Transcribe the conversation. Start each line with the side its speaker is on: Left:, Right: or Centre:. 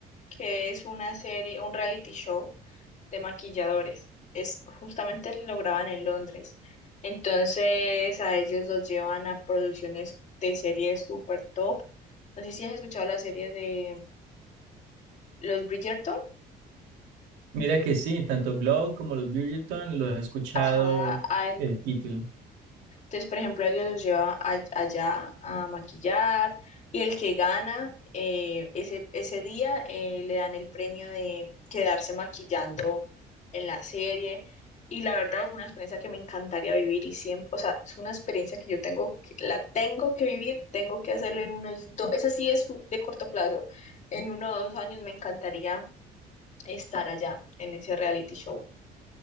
Left: que es una serie, un reality show de maquilladores. Es justamente lo graban en Londres. Entonces a ellos los llevan a producciones de series super top. No sé si has escuchado la serie de los Bridgerton.
Right: Mira que sí, tanto Glow como los Bridgerton los he escuchado
Left: Ajá, a- en-
Right: el título.
Left: Entonces, por ejemplo, ellos los llevan a- allá a maquillar y el que gana eh, ese, ese día eh, le dan el premio de quedarse maquillando en la serie. Y la verdad es una experiencia que me encantaría vivir y siempre, o sea, es una experiencia que yo tengo, que, la tengo que vivir, tengo que hacerlo en unos dos, esa sí es un- de corto plazo, en uno o dos años me encantaría estar allá en ese reality show.